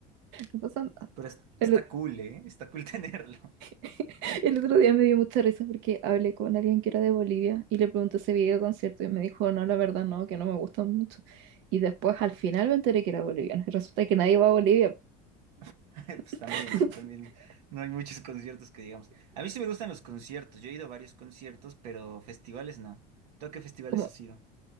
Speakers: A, on the right; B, on the right.
A: No pasa nada.
B: Pero es- está
A: El,
B: cool, ¿eh? Está cool <laughs> tenerlo.
A: <laughs> El otro día me dio mucha risa porque hablé con alguien que era de Bolivia y le pregunté si había ido a concierto y me dijo, no, la verdad no, que no me gustan mucho. Y después al final me enteré que era boliviano y resulta que nadie va a Bolivia.
B: <laughs> Pues
A: <laughs>
B: también, ¿no? También no hay muchos conciertos que digamos. A mí sí me gustan los conciertos, yo he ido a varios conciertos, pero festivales no. ¿Tú a qué festivales
A: Como
B: has ido?